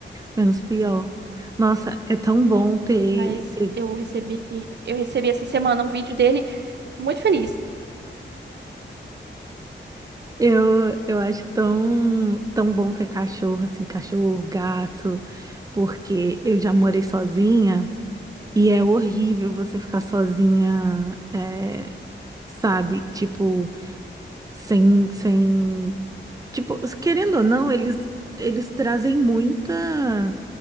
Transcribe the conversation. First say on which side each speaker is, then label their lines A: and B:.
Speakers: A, on the right; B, on the right.
A: Menos pior. Nossa, é tão bom ter,
B: Mas
A: ter...
B: eu recebi, eu recebi essa semana um vídeo dele muito feliz.
A: Eu, eu acho tão, tão bom ter cachorro, assim, cachorro, gato, porque eu já morei sozinha e é horrível você ficar sozinha, é, sabe? Tipo, sem, sem, tipo, querendo ou não, eles eles trazem muita